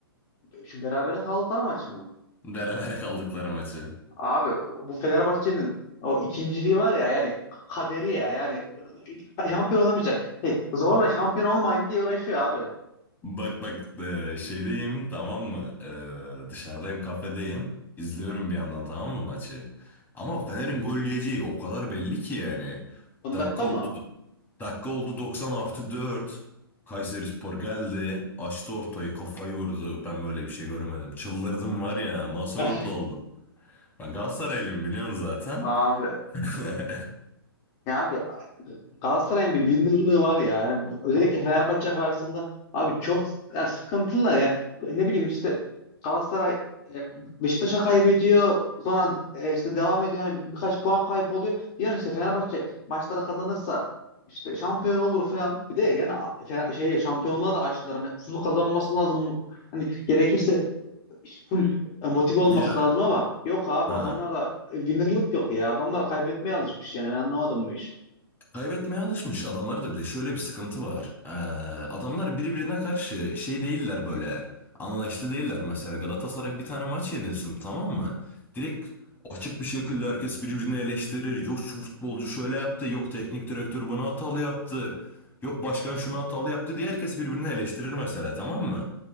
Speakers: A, on the left; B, on the left.
A: Şu berabere kaldıkları maçı mı?
B: Berabere <laughs> kaldıkları maçı.
A: Abi bu Fenerbahçe'nin o ikinciliği var ya yani kaderi ya yani şampiyon olamayacak. Hey, zorla şampiyon olmayayım diye uğraşıyor abi.
B: Bak bak e, şeydeyim tamam mı? E, dışarıdayım kafedeyim. İzliyorum bir yandan tamam mı maçı? Ama Fener'in gol yiyeceği o kadar belli ki yani.
A: Son
B: Dakika
A: dakika
B: oldu,
A: mı?
B: dakika oldu 90 artı 4. Kayserispor geldi. Açtı ortayı kafayı vurdu. Ben böyle bir şey görmedim. Çıldırdım var ya nasıl
A: <laughs>
B: mutlu Ben Galatasaraylıyım biliyorsun zaten.
A: Abi
B: <laughs>
A: ya abi Galatasaray'ın bir winner'lığı var ya. Yani bu- özellikle Fenerbahçe karşısında abi çok yani sıkıntılar yani. Ne bileyim işte Galatasaray e, Beşiktaş'a kaybediyor. Sonra e, işte devam ediyor. Yani birkaç puan kayboluyor. Diyorsun işte Fenerbahçe maçları kazanırsa işte şampiyon olur falan. Bir de yani a- Fe- şey şampiyonluğa da açtılar. Hani full kazanması lazım. Hani gerekirse full e, motive olması
B: Ya
A: lazım ama yok abi
B: ha.
A: adamlarda e, winner'lık yok ya. Adamlar kaybetmeye alışmış yani. Ben anlamadım bu işi.
B: Kaybetmeye alışmış adamlar da bir de şöyle bir sıkıntı var. Ee, adamlar birbirine karşı şey değiller böyle. Anlaştı değiller mesela. Galatasaray bir tane maç yenilsin tamam mı? Direkt açık bir şekilde herkes birbirini eleştirir. Yok şu futbolcu şöyle yaptı. Yok teknik direktör bunu hatalı yaptı. Yok başkan şunu hatalı yaptı diye herkes birbirini eleştirir mesela tamam mı?